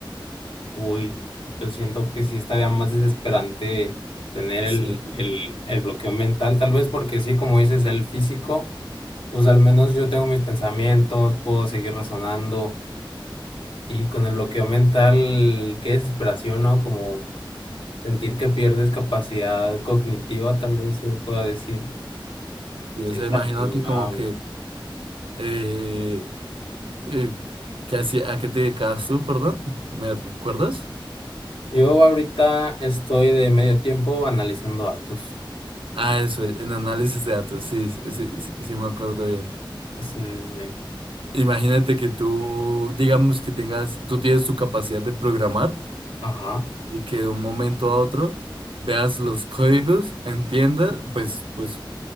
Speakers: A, on the left; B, on the right.
A: Uy, yo siento que sí estaría más desesperante tener el,
B: Sí,
A: el, el bloqueo mental, tal vez porque sí, como dices, el físico, pues al menos yo tengo mis pensamientos, puedo seguir razonando. Y con el bloqueo mental, qué desesperación, ¿no? Como sentir que pierdes capacidad cognitiva, tal vez se pueda decir.
B: sí,
A: Sí,
B: o sea,
A: está
B: imagínate
A: muy bravo.
B: como que, eh, eh, ¿qué hacía- ¿a qué te dedicabas tú, perdón? ¿Me recuerdas?
A: Yo ahorita estoy de medio tiempo analizando datos.
B: Ah, eso, en análisis de datos, sí, sí, sí, sí, sí me acuerdo bien.
A: Sí, sí, sí.
B: Imagínate que tú, digamos que tengas, tú tienes tu capacidad de programar
A: Ajá.
B: y que de un momento a otro veas los códigos, entiendas, pues, pues